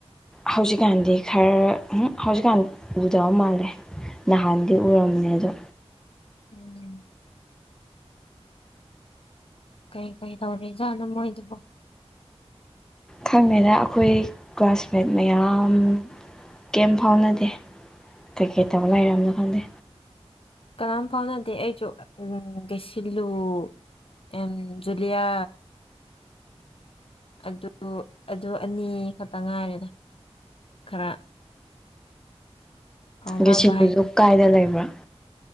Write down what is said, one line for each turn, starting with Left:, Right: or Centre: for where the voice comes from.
Centre: ꯍꯧꯖꯤꯛꯀꯥꯟꯗꯤ ꯈꯔ ꯍꯧꯖꯤꯛꯀꯥꯟ ꯎꯗꯕ ꯃꯥꯜꯂꯦ ꯅꯍꯥꯟꯗꯤ ꯎꯔꯝꯃꯦ ꯑꯗꯣ
Left: ꯎꯝ꯫ ꯀꯩ ꯀꯩ ꯇꯧꯔꯤꯖꯥꯠꯂ ꯃꯣꯏꯗꯨꯕꯨꯣ꯫
Centre: ꯈꯪꯗꯦꯗ ꯑꯩꯈꯣꯏ ꯀ꯭ꯂꯥꯁꯃꯦꯠ ꯃꯌꯥꯝ ꯀꯩꯝ ꯐꯥꯎꯅꯗꯦ ꯀꯩꯀꯩ ꯇꯧ ꯂꯩꯔꯝꯃꯅꯣ ꯈꯪꯗꯦ꯫
Left: ꯀꯅꯥꯝ ꯐꯥꯎꯅꯗꯦ ꯑꯩꯖꯨ ꯗꯤꯁꯤꯂꯨ ꯑꯦꯟ ꯖꯨꯂꯤꯌꯥ ꯑꯗꯨ ꯑꯗꯨ ꯑꯅꯤ ꯈꯛꯇ ꯉꯥꯏꯔꯦꯗ ꯈꯔ ꯐꯥꯎꯅꯕ
Centre: ꯗꯦꯁꯤꯗꯨꯁꯨ
Left: ꯍꯥꯏꯗꯤ
Centre: ꯀꯥꯏꯗ ꯂꯩꯕ꯭ꯔꯥ꯫